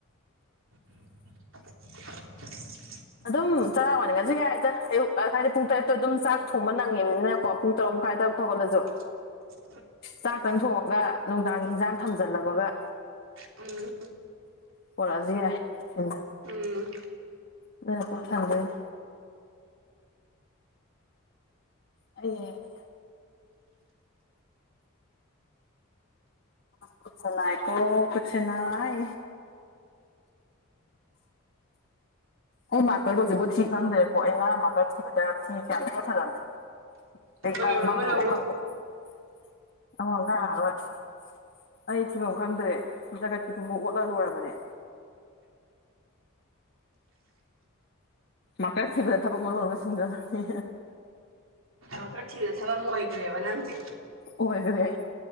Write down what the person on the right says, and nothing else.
<unintelligible>
<unintelligible>
ꯎꯝ
ꯎꯝ
ꯑꯃ ꯂꯧꯔꯣ ꯑꯃ
ꯂꯧꯔꯣ
ꯃꯥꯀꯔ ꯊꯤꯕꯗ ꯊꯕꯛ ꯑꯃ ꯑꯣꯏꯒꯔꯦꯕ ꯅꯪꯁꯦ